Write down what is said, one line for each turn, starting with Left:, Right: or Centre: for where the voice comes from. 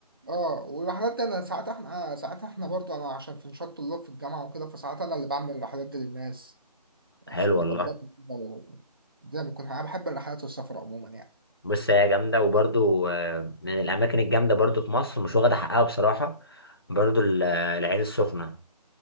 Right: اه والرحلات دي انا ساعات احنا آه، ساعات احنا برضو انا عشان في نشاط طلاب في الجامعة وكده فساعات انا اللي بعمل الرحلات دي للناس يعني
Left: حلو
Right: وبظبطها
Left: والله
Right: كده و- الدنيا بتكون أنا بحب الرحلات والسفر عموما يعني
Left: بص هي جامدة وبرضو آه، من الأماكن الجامدة برضو في مصر مش واخدة حقها بصراحة برضو ال- العين السخنة